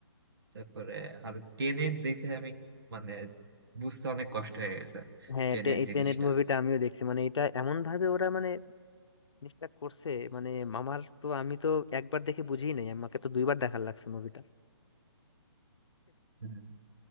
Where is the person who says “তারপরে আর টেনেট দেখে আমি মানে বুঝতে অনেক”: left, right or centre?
Right